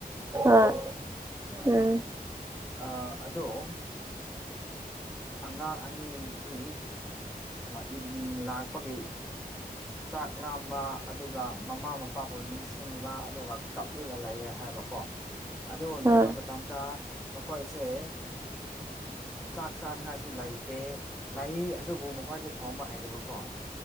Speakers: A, on the right (about 20°); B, in the centre.
A: ꯑ
B: ꯀꯣ
A: ꯎꯝ
B: ꯑ ꯑꯗꯣ ꯑꯉꯥꯡ ꯑꯅꯤꯗꯤ ꯏꯚꯤꯅꯤꯡ ꯂꯥꯛꯄꯒꯤ ꯆꯥꯛ ꯂꯥꯝꯕ ꯑꯗꯨꯒ ꯃꯃꯥ ꯃꯄꯥꯕꯨ ꯅꯤꯡꯁꯤꯡꯕ ꯑꯗꯨꯒ ꯀꯞꯔꯒ ꯂꯩꯌꯦ ꯍꯥꯏꯕꯀꯣ ꯑꯗꯨ
A: ꯍꯣꯏ
B: ꯂꯩꯕ ꯃꯇꯝꯗ ꯃꯈꯣꯏꯁꯦ ꯆꯥꯛ ꯆꯥꯅꯤꯡꯉꯥꯏꯁꯨ ꯂꯩꯇꯦ ꯂꯩ ꯑꯗꯨꯕꯨ ꯃꯈꯣꯏꯁꯨ ꯊꯣꯡꯕ ꯍꯩꯗꯕꯀꯣ